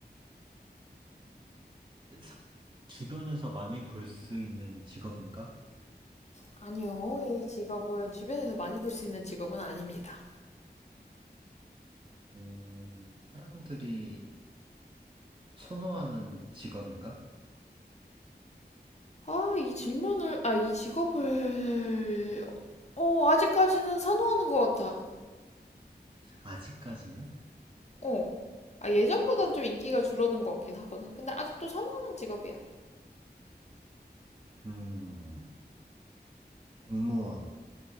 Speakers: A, on the right (about 30°); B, on the left (about 40°).
A: 사- 주변에서 많이 볼 수 있는 직업인가?
B: 아니요, 이 직업은 주변에서 많이 볼 수 있는 직업은 아닙니다.
A: 음, 사람들이 선호하는 직업인가?
B: 아, 이 질문을, 아, 이 직업을, 어, 아직까지는 선호하는 것 같아.
A: 아직까지는?
B: 어. 아, 예전보단 좀 인기가 줄어든 것 같긴 하거든. 근데 아직도 선호하는 직업이야.
A: 음, 공무원.